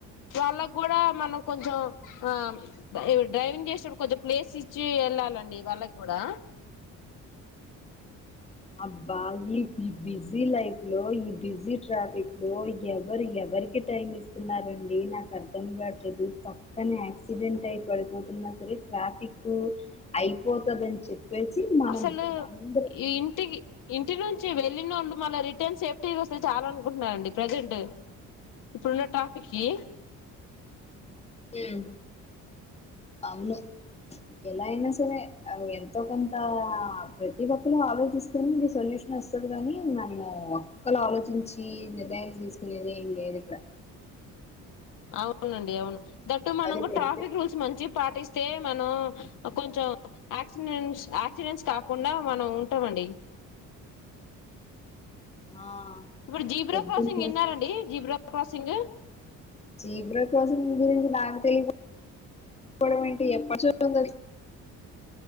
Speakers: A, on the left (about 75°); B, on the left (about 20°).
A: వాళ్ళకు కూడా మనం కొంచం. ఆ ఇ డ్రైవింగ్ చేసేప్పుడు, కొంచెం ప్లేస్ ఇచ్చి వెళ్ళాలండి వాళ్ళకి కూడా
B: అ అబ్బా ఈ ఈ బిజీ లైఫ్ లో, ఈ బిజీ ట్రాఫిక్ లో ఎవరు ఎవ ఎవరికి టైమ్ ఇస్తున్నారండి. నాకు అర్థం కావట్లేదు పక్కనే. యాక్సిడెంట్ అయి పడిపోతున్నారు. సరే ట్రాఫిక్ అయిపోతుంది. అని చెప్పేసి మనం
A: అసలు
B: అందర
A: ఇంటికి ఇంటి నుంచి వె వెళ్ళినోళ్ళు మళ్లీ రిటర్న్ సేఫ్టీ గా వస్తే చాలా అనుకుంటుారండి ప్రజెంట్. ఇప్పుడు ఉన్న ట్రాఫిక్ కి
B: మ్, అవును. ఎలా అయినా సరే అది ఎంతో కొంత ప్రతి ఒక్కరు ఆలోచిస్తేనే ఇది సొల్యూషన్ వస్తుది గాని మనము ఒక్కలు ఆలోచించి నిర్ణయం తీసుకునేది ఏం లేదు ఇక్కడ
A: అవునండి అవును దట్టు మన
B: అదే పొద్దు
A: ట్రాఫిక్ రూల్స్ మంచి పాటిస్ స్తే మనం కొంచం యాక్సినెన్స్ యాక్సిడెంట్స్ కాకుండా మనం ఉంటమండి
B: ఆ!
A: ఇప్పుడు జీబ్రా
B: పొద్దున్న
A: క్రాసింగ్ విన్నారా అండి జీబ్రా క్రాసింగు
B: జీబ్రా క్రాసింగ్ గురించి నాకు తెలికపో పోవడం ఏంటి ఎప్పటినుంచో ఉంది అది